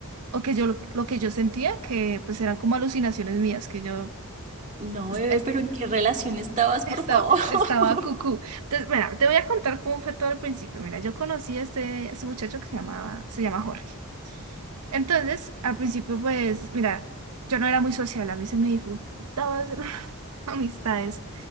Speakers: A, on the right; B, on the right.
A: o que yo lo, lo que yo sentía que pues eran como alucinaciones mías, que yo
B: No,
A: est-
B: bebé,
A: est-
B: pero ¿en qué relación estabas,
A: <laughs> esta-
B: por favor? <laughs>
A: estaba cucú. Entonces, bueno, te voy a contar cómo fue todo al principio. Mira, yo conocí a este, a este muchacho que se llamaba, se llama Jorge. Entonces, al principio, pues, mira, yo no era muy sociable, a mí se me dificultaba hacer <laughs> amistades.